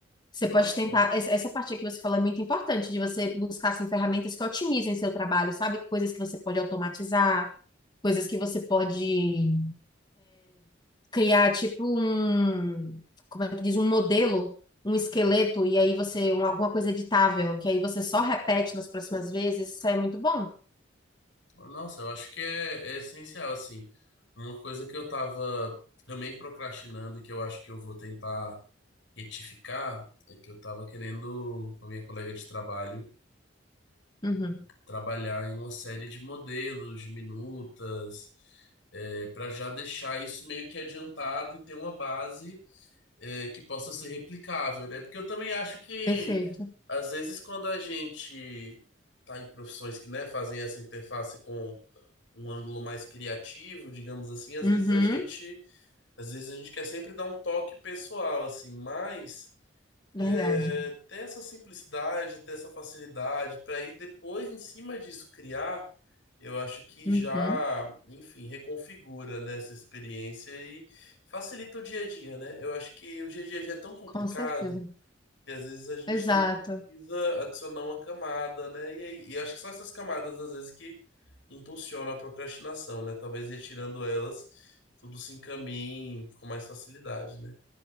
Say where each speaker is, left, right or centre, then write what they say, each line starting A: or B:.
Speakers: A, on the left; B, on the left.
A: Você
B: Nossa.
A: pode tentar. Essa, essa parte que você falou é muito importante, de você buscar assim, ferramentas que otimizem seu trabalho, sabe? Coisas que você pode automatizar, coisas que você pode criar tipo um, como é que diz, um modelo, um esqueleto, e aí você, um, alguma coisa editável, que aí você só repete nas próximas vezes, isso é muito bom.
B: Nossa, eu acho que é, é essencial, assim. Uma coisa que eu tava também procrastinando, que eu acho que eu vou tentar retificar, é que eu tava querendo, com a minha colega de trabalho,
A: Uhum,
B: trabalhar em uma série de modelos, de minutas, é, para já deixar isso meio que adiantado e ter uma base é, que possa ser replicável, né? Porque eu também acho que,
A: perfeito.
B: às vezes, quando a gente tá em profissões que, né, fazem essa interface com um ângulo mais criativo, digamos assim, às
A: Uhum,
B: vezes a gente, às vezes a gente quer sempre dar um toque pessoal, assim, mas
A: verdade.
B: é, ter essa simplicidade, ter essa facilidade, para ir depois, em cima disso, criar, eu acho que
A: Uhum,
B: já, enfim, reconfigura, né, essa experiência e facilita o dia a dia, né? Eu acho que o dia a dia já é tão complicado
A: com certeza.
B: que às vezes a gente
A: Exato.
B: não precisa adicionar uma camada, né? E, aí- e acho que são essas camadas, às vezes, que impulsionam a procrastinação, né? Talvez retirando elas, tudo se encaminhe com mais facilidade, né?